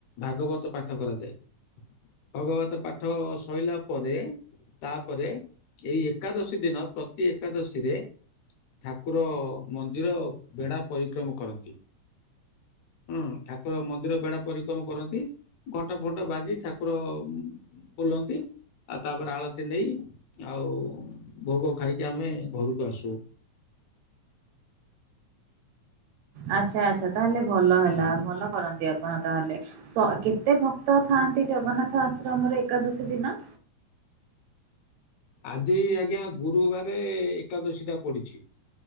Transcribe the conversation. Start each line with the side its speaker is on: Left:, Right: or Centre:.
Left: ଭାଗବତ ପାଠ କରାଯାଏ। ଭଗବତ ପାଠ ସଇଲା ପରେ, ତାପରେ ଏଇ ଏକାଦଶୀ ପ୍ରତିଦିନ ପ୍ରତି ଏକାଦଶୀ ରେ ଠାକୁର ମନ୍ଦିର ବେଢା ପରିକ୍ରମ କରନ୍ତି। ହୁଁ ଠାକୁର ମନ୍ଦିର ବେଢା ପରିକ୍ରମ କରନ୍ତି। ଘଣ୍ଟ ଫଣ୍ଟ ବାଜି ଠାକୁର ଉଁ ବୁଲନ୍ତି। ଆଉ ତାପରେ ଆଳତି ନେଇ ଆଉ ଭୋଗ ଖାଇକି ଆମେ ଘରକୁ ଆସୁ।
Right: ଆଚ୍ଛା। ଆଚ୍ଛା। ତାହେଲେ ଭଲ ହେଲା। ଭଲ କରନ୍ତି ଆପଣ ତାହେଲେ। ସ କେତେ ଭକ୍ତ ଥାଆନ୍ତି ଜଗନ୍ନାଥ ଆଶ୍ରମରେ ଏକାଦଶୀ ଦିନ?
Left: ଆଜି ଆଜ୍ଞା ଗୁରୁବାରେ ଏକାଦଶୀ ଟା ପଡିଛି।